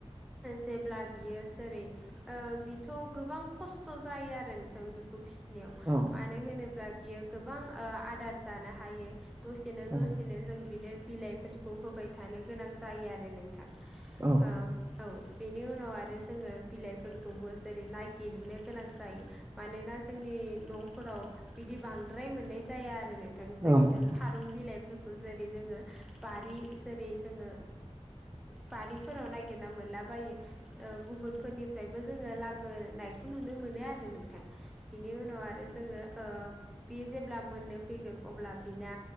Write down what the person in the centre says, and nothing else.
जेब्ला बियो जेरै ओ बेथ' गोबां खस्थ' जायो आरो नोंथां बेखौ फिसिनायाव
मानो होनोब्ला बियो गोबां आदार जानो हायो। दसेनो
दसेनो जों बिनो बिलाइफोरखौ होबाय थानो गोनां जायो आरो नों थां
ओ औ बेनि उनाव आरो जोङो बिलाइफोरखौबो जेरै नागिरनो गोनां जायो। मानोना जोंनि न'फोराव बिदि बांद्राय मोननाय जाया आरो नों
जेरै जों खारुं बिलाइफोरखौ जेरै जोङो बारि जेरै जोङो बारिफोराव नागिरना मोनलाबायो गुबुनफोरनिफ्रायबो जोङो लाबोनायखौ नुनो मोनो आरो नोंथां बिनि उनाव आरो जोङो बे जेब्ला मोननो फैगोन अब्ला बिना